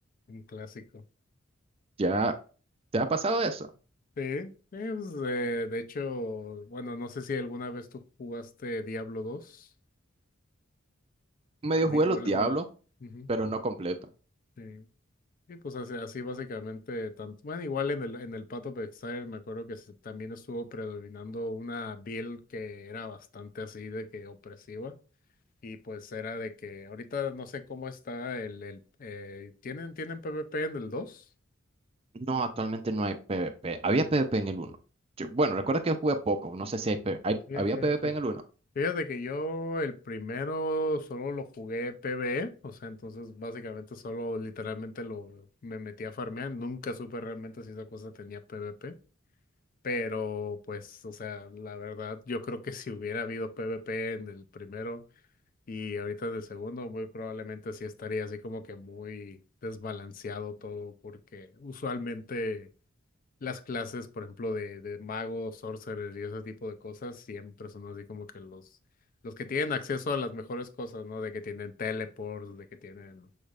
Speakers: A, on the left; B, on the right.
A: Un clásico.
B: ¿Ya te ha pasado eso?
A: Sí, eh, pues, eh, de hecho, bueno, no sé si alguna vez tú jugaste Diablo dos
B: Medio
A: o di-
B: jugué
A: Hola,
B: los Diablos,
A: hola. Ujú,
B: pero no completo.
A: sí. Sí, pues así, así básicamente, tanto, bueno, igual en el, en el Path of Exile me acuerdo que se- también estuvo predominando una build que era bastante así de que opresiva. Y pues era de que ahorita no sé cómo está el, el eh, ¿tienen, tienen PvP en el 2?
B: No, actualmente no hay PvP. Había PvP en el uno. Yo- bueno, recuerda que jugué poco, no sé si hay, P- hay-
A: Fíjate,
B: había PvP en el uno.
A: Fíjate que yo el primero solo lo jugué PvE, o sea, entonces básicamente solo literalmente lo me metí a farmear, nunca supe realmente si esa cosa tenía PvP, pero pues, o sea, la verdad, yo creo que si hubiera habido PvP en el primero y ahorita en el segundo, muy probablemente sí estaría así como que muy desbalanceado todo, porque usualmente las clases, por ejemplo, de, de magos, sorcerers y ese tipo de cosas, siempre son así como que los, los que tienen acceso a las mejores cosas, ¿no? De que tienen teleports, de que tienen